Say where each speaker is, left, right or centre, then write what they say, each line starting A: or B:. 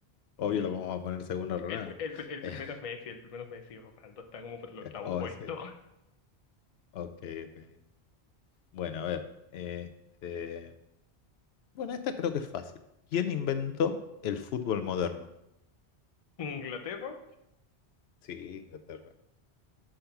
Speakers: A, on the left (about 75°); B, on the left (about 40°).
A: obvio
B: sí.
A: lo vamos a poner segundo a Ronaldo.
B: El, el, el
A: <laughs>
B: primero es Messi, el primero es Messi. Ronaldo está como por el octavo
A: Oh,
B: puesto.
A: sí. sí, sí. Ok, ok. Bueno, a ver. Este... Bueno, esta creo que es fácil. ¿Quién inventó el fútbol moderno?
B: <laughs> Inglaterra,
A: Sí, Inglaterra.